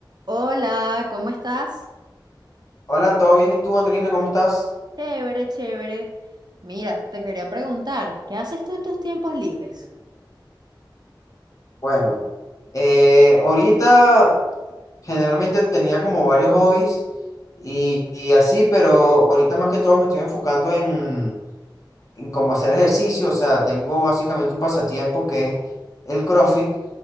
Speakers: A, on the right; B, on the left.
A: Hola, ¿cómo estás?
B: Hola, ¿todo bien? ¿Y tú, Andrina, cómo estás?
A: Chévere, chévere. Mira, te quería preguntar, ¿qué haces tú en tus tiempos libres?
B: Bueno, eh, ahorita generalmente tenía como varios hobbies y, y así, pero ahorita más que todo me estoy enfocando en, en cómo hacer ejercicio. O sea, tengo básicamente un pasatiempo que es el CrossFit,